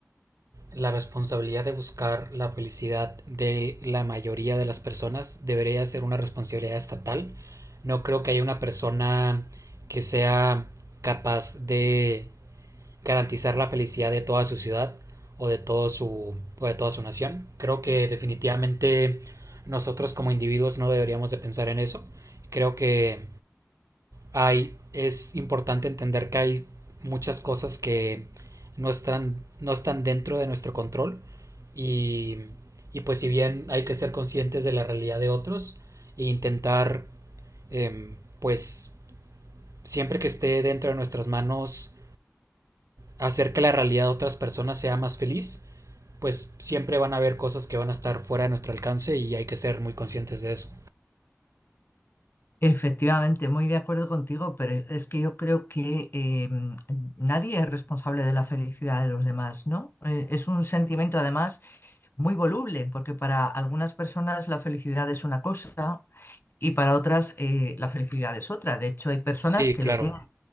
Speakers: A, on the right (about 80°); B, on the left (about 45°).
A: la responsabilidad de buscar la felicidad de la mayoría de las personas debería ser una responsabilidad estatal. No creo que haya una persona que sea capaz de garantizar la felicidad de toda su ciudad o de, todo su, o de toda su nación. Creo que definitivamente nosotros como individuos no deberíamos de pensar en eso. Creo que hay, es importante entender que hay muchas cosas que no están, no están dentro de nuestro control y, y pues si bien hay que ser conscientes de la realidad de otros e intentar eh, pues siempre que esté dentro de nuestras manos hacer que la realidad de otras personas sea más feliz, pues siempre van a haber cosas que van a estar fuera de nuestro alcance y hay que ser muy conscientes de eso.
B: Efectivamente, muy de acuerdo contigo, pero es que yo creo que eh, mm, nadie es responsable de la felicidad de los demás, ¿no? Eh, es un sentimiento además muy voluble, porque para algunas personas la felicidad es una cosa y para otras eh, la felicidad es otra. De hecho, hay personas
A: Sí,
B: que
A: claro,
B: lo tienen